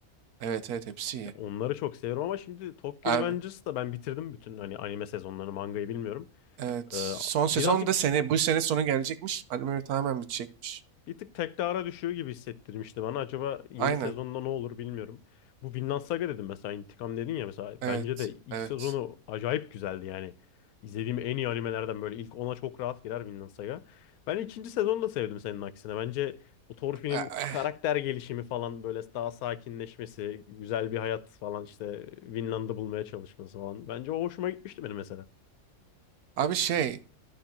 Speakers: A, on the right; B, on the left.
A: evet evet hepsi iyi.
B: Ya onları çok seviyorum ama şimdi Tokyo
A: Abi
B: Revengers'ı da ben bitirdim bütün hani anime sezonlarını, mangayı bilmiyorum.
A: evet
B: Ee,
A: son sezon
B: birazcık
A: da sene bu sene sonu gelecekmiş. Anime tamamen bitecekmiş.
B: Bir tık tekrara düşüyor gibi hissettirmişti bana. Acaba yeni
A: Aynen.
B: sezonda ne olur bilmiyorum. Bu Vinland Saga dedim mesela intikam dedin ya mesela.
A: Evet.
B: Bence de ilk
A: Evet.
B: sezonu acayip güzeldi yani. İzlediğim en iyi animelerden böyle ilk ona çok rahat girer Vinland Saga. Ben ikinci sezonu da sevdim senin aksine. Bence bu Thorfinn'in
A: Eh, eh.
B: karakter gelişimi falan böyle daha sakinleşmesi, güzel bir hayat falan işte Vinland'ı bulmaya çalışması falan. Bence o hoşuma gitmişti benim mesela.
A: Abi şey